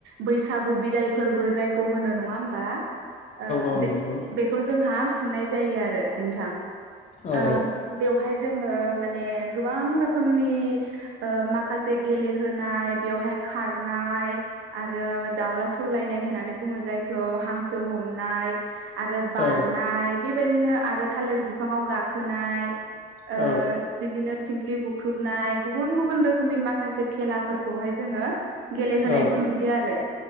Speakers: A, on the right (about 80°); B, on the left (about 40°).
A: बैसागु बिदाय <unintelligible> जायखौ होनो नङा होमबा, ओ
B: औ नंगौ
A: बेखौ जोंहा खुंनाय जायो आरो नोंथां। ओ
B: औ
A: बेवहाय जोङो माने गोबां रोखोमनि ओ माखासे गेलेहोनाय बेवहाय खारनाय आरो दाउला <unintelligible> सौलायनाय होननानै बुङो जायखौ, हांसो हमनाय आरो बारनाय
B: औ
A: बेबायदिनो आरो थालिर बिफाङाव गाखोनाय, ओ
B: औ
A: बिदिनो थिंख्लि बुख्रुबनाय गुबुन-गुबुन रोखोमनि माखासे खेलाफोरखौहाय जोङो गेलेहोनायखौ
B: औ
A: नुयो आरो।